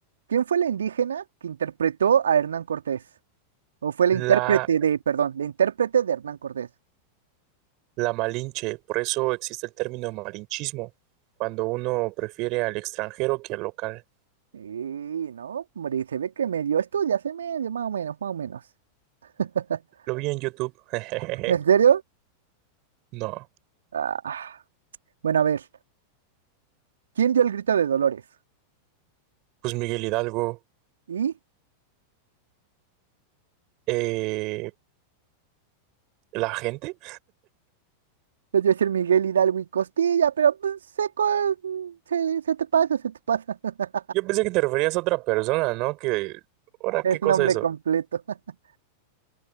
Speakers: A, on the right; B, on the right.
A: ¿quién fue la indígena que interpretó a Hernán Cortés? ¿O fue la
B: La,
A: intérprete de, perdón, la intérprete de Hernán Cortés?
B: la Malinche, por eso existe el término malinchismo, cuando uno prefiere al extranjero que al local.
A: Y no, hombre, se ve que medio ya se medio, más o menos, más o menos. <laughs>
B: Lo vi en YouTube. <laughs>
A: ¿En serio?
B: No,
A: Ah, bueno, a ver, ¿quién dio el grito de Dolores?
B: pues Miguel Hidalgo,
A: Y
B: eh, la gente.
A: pues yo decir Miguel Hidalgo y Costilla, pero pues, se, se, se te pasa, se te pasa <laughs>
B: Yo pensé que te referías a otra persona, ¿no? Que, ahora,
A: el
B: ¿qué cosa
A: nombre
B: es eso?
A: completo. <laughs>